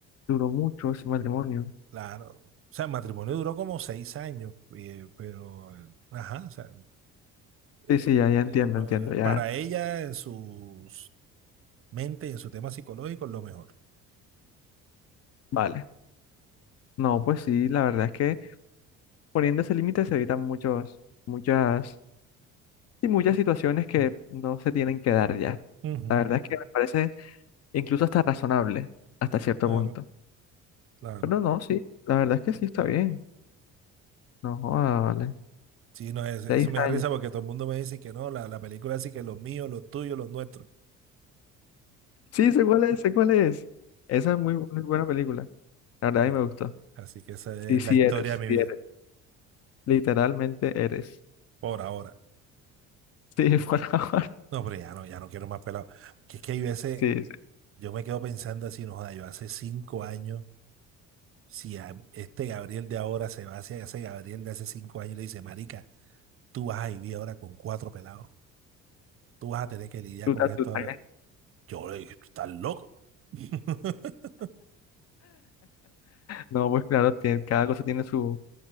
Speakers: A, on the left (about 50°); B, on the right (about 45°).
A: duró mucho ese matrimonio.
B: claro. O sea, el matrimonio duró como seis años, eh, pero, eh, ajá, o sea, eh,
A: Sí, sí, ya, ya
B: eh,
A: entiendo,
B: no,
A: entiendo,
B: eh, para
A: ya.
B: ella, en su mente y en su tema psicológico, es lo mejor.
A: Vale. No, pues sí, la verdad es que poniendo ese límite se evitan muchos, muchas, y muchas situaciones que no se tienen que dar ya.
B: Ujú,
A: La verdad es que me parece incluso hasta razonable, hasta cierto
B: Claro,
A: punto.
B: claro.
A: Pero no, sí, la verdad es que sí está bien. No, joda, vale.
B: Sí, no, es- eso
A: Seis
B: me da
A: años.
B: risa porque todo el mundo me dice que no, la, la película así que los míos, los tuyos, los nuestros.
A: Sí, sé cuál es, sé cuál es. Esa es muy, muy buena película. La verdad
B: Ah,
A: a mí me gustó.
B: Así que esa es
A: Sí, sí
B: la historia
A: eres,
B: de mi
A: sí
B: vida,
A: eres. Literalmente eres.
B: por ahora.
A: Sí, <laughs> por ahora.
B: No, pero ya no, ya no quiero más pelado. Que es que hay veces,
A: Sí, sí.
B: yo me quedo pensando así, no, joda, yo hace cinco años, si a este Gabriel de ahora se va hacia ese Gabriel de hace cinco años y le dice, marica, tú vas a vivir ahora con cuatro pelados, tú vas a tener que lidiar
A: Tú
B: con
A: te asustas,
B: esto ahora.
A: ¿eh?
B: Yo le dije, tú estás loco. <laughs>
A: No, pues claro, tiene- cada cosa tiene su,